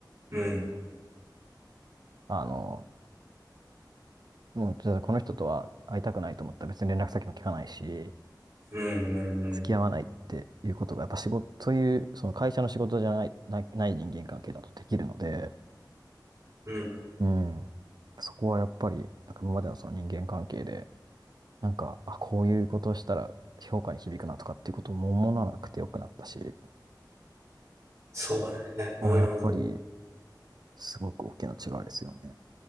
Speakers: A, on the right; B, on the right.
A: うん
B: あの、もうじゃあこの人とは会いたくないと思ったら別に連絡先も聞かないし、
A: うんうん
B: 付き合わないっていうことが、やっぱ仕事、そういう、その会社の仕事じゃない、ない、ない人間関係だとできるので、
A: うんうん。
B: うん。そこはやっぱり、なんか今までのその人間関係で、なんか、あ、こういうことをしたら評価に響くなとかっていうことをも思わなくてよくなったし、こ
A: そうね。
B: こはやっぱり、
A: うん
B: すごく大きな違いですよね。